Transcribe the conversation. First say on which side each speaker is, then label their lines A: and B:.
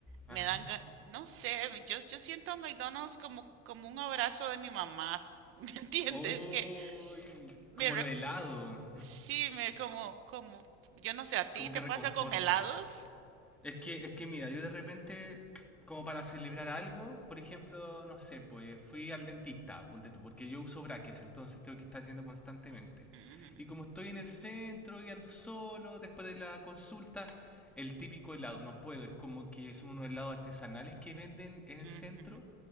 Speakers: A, in the centre; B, on the right.
A: Ajá.
B: me dan, ga- no sé, yo, yo siento a McDonald's como, como un abrazo de mi mamá. <laughs> ¿Me entiendes?
A: ¡Uy!
B: Que me,
A: como
B: recuerda
A: lo helado.
B: Sí, me como, como, yo no sé, ¿a ti
A: Como
B: te
A: que
B: pasa
A: reconforta.
B: con helados?
A: Es que, es que mira, yo de repente, como para celebrar algo, por ejemplo, no sé, pues fui al dentista, ponte tú, porque yo uso brackets, entonces tengo que estar yendo constantemente.
B: Ujú,
A: Y como estoy en el centro y ando solo, después de la consulta, el típico helado, no puedo, es como que son unos helados artesanales que venden en el
B: ujú,
A: centro